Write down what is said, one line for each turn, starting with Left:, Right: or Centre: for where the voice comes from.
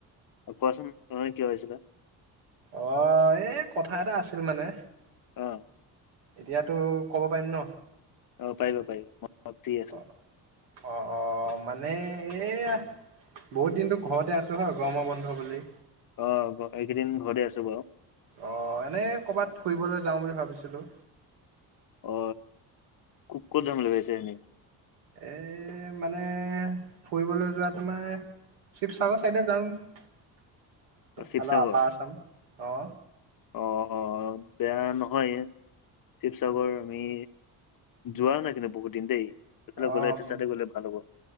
Left: কোৱাচোন, অথনি কিয় আহিছিলা?
Right: অঁহ এই কথা এটা আছিল মানে।
Left: অ',
Right: এতিয়াতো ক'ব পাৰিম ন,
Left: অ', পাৰিবা পাৰিবা মই ফ্ৰী আছো
Right: অঁ। অঁ অঁ মানে সেইয়া। বহুত দিনতো ঘৰতে আছো হয় গৰমৰ বন্ধ বুলি।
Left: অ ব এইকেইদিন ঘৰতে আছো বাৰু।
Right: অঁ এনেই ক'ৰবাত ফুৰিবলৈ যাওঁ বুলি ভাবিছিলো।
Left: অ কু ক'ত যাম বুলি ভাবিছে এনেই?
Right: এই মানে ফুৰিবলৈ যোৱা তোমাৰ- শিৱসাগৰ চাইডে যাওঁ
Left: শিৱসাগৰ
Right: অলপ আপাৰ আছাম অ
Left: অ বেয়া নহয় শিৱসাগৰ আমি যোৱা নাই কিন্তু বহুত দিন দেই এইফালে
Right: অঁ
Left: গ'লে এইটো চাইডে গ'লে ভাল হ'ব